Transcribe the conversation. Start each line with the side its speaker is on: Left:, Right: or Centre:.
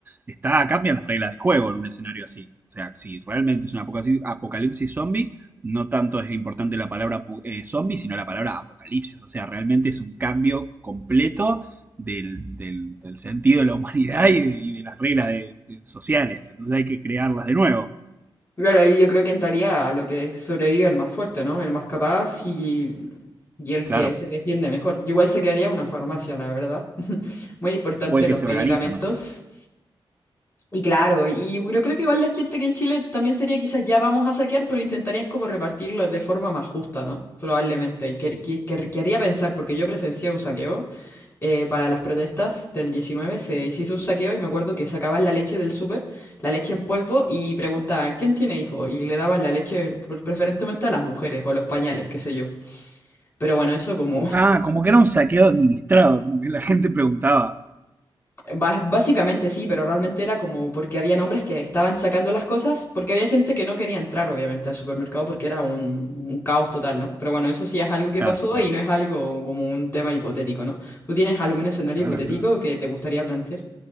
Right: está, cambian las reglas de juego en un escenario así. O sea, si realmente es un apocalipsis, apocalipsis zombie, no tanto es importante la palabra pu- eh, zombie, sino la palabra apocalipsis. O sea, realmente es un cambio completo del, del- del sentido de la humanidad y de, y de las reglas de- de sociales. Entonces hay que crearlas de nuevo.
Left: Claro, ahí yo creo que entraría a lo que sobrevive el más fuerte, ¿no? El más capaz y, y el
Right: Claro.
Left: que se defiende mejor. Yo igual se quedaría una farmacia, la verdad. <laughs> Muy importante
Right: O el
Left: los
Right: que se
Left: medicamentos.
Right: organiza mejor.
Left: Y claro, y yo creo que igual la gente que en Chile también sería quizás ya vamos a saquear, pero intentarían como repartirlo de forma más justa, ¿no? Probablemente. Y que, que- que- que haría pensar, porque yo presencié un saqueo eh, para las protestas del 19 se se hizo un saqueo y me acuerdo que sacaban la leche del súper, la leche en polvo y preguntaban, ¿quién tiene hijo Y le daban la leche pre- preferentemente a las mujeres o los pañales, qué sé yo. Pero bueno, eso como, <laughs>
Right: Ah, como que era un saqueo administrado, como que la gente preguntaba.
Left: bas- básicamente sí, pero realmente era como porque había hombres que estaban sacando las cosas, porque había gente que no quería entrar obviamente al supermercado porque era un, un caos total, ¿no? Pero bueno, eso sí es algo que
Right: Claro,
Left: pasó
Right: claro.
Left: y no es algo como un tema hipotético, ¿no? ¿Tú tienes algún escenario
Right: Claro,
Left: hipotético
Right: claro.
Left: que te gustaría plantear?